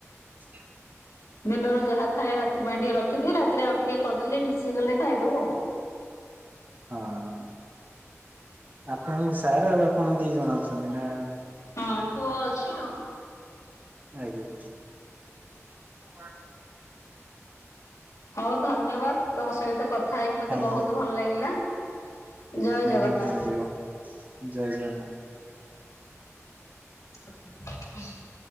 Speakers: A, on the right; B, on the left.
A: ଉ
B: ଦିନରୁ ଯାହା ଥାଏ ରାତି ପାଇଁ ଟିକେ ରଖିଦିଏ। ରାତିରେ ଆଉ ଟିକେ କରିଦେଲେ ମିଶିଗଲେ ଖାଇଦବୁ ଆଉ।
A: ହଁ ଆପଣଙ୍କ ସାର୍ ଆଉ ଆପଣ ଦି ଜଣ ଅଛନ୍ତି ନା?
B: ହଁ ପୁଅ ଅଛି ଆଉ।
A: ଆଜ୍ଞା। <unintelligible>
B: ହଉ ଧନ୍ୟବାଦ୍। ତମ ସହିତ କଥା ହେଇକି ମତେ
A: ଥ୍ୟାଙ୍କୟୁ
B: ବହୁତ ଭଲ ଲାଗିଲା। ଜୟ ଜଗନ୍ନାଥ।
A: ଆଜ୍ଞା। ଥାଙ୍ଗକ୍ୟୁ। ଜୟ ଜଗନ୍ନାଥ।
B: ହ